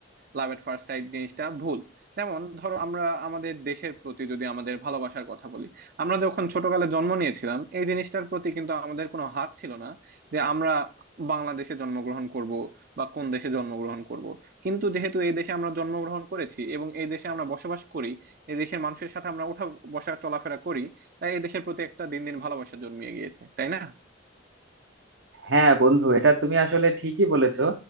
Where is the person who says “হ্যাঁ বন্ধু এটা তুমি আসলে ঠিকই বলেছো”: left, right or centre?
Right